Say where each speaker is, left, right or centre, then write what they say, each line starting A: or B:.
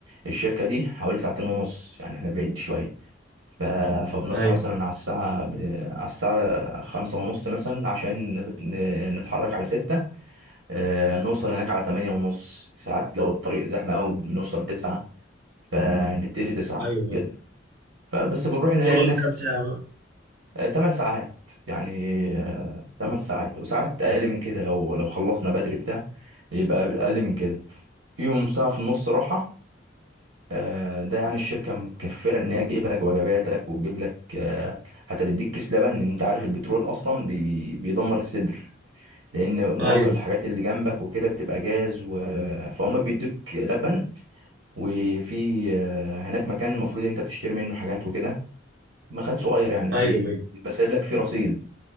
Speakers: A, on the right; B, on the right.
A: الشركة دي حوالي ساعتين ونص يعني احنا بعيد شوية ف... فبنصحى
B: ايوه
A: مثلا على الساعة ب... على الساعة خمسة ونص مثلا عشان ن... ن- نتحرك على ستة آه، نوصل هناك على تمانية ونص ساعات لو الطريق زحمة أوي بنوصل تسعة فنبتدي تسعة
B: ايوه
A: يد-
B: ايوه
A: فبس بنروح نلاقي
B: شغلك
A: الناس
B: كام ساعة بقى؟
A: آه، تمن ساعات يعني آه، تمن ساعات وساعات أقل من كده لو لو خلصنا بدري بتاع يبقى أقل من كده فيهم ساعة في النص راحة آه، ده يعني الشركة متكفلة إن هي تجيب لك وجباتك وتجيب لك آه، حتى بتديك كيس لبن لأن أنت عارف البترول أصلا بي- بي- بيدمر الصدر لأن
B: ايوه
A: معظم الحاجات اللي جنبك وكده بتبقى جاز و... فهم بيدوك لبن وفي آه، هناك مكان المفروض أنت بتشتري منه حاجات وكده مكان صغير يعني
B: ايوه
A: بي-
B: ايوه
A: بيبقى سايب لك فيه رصيد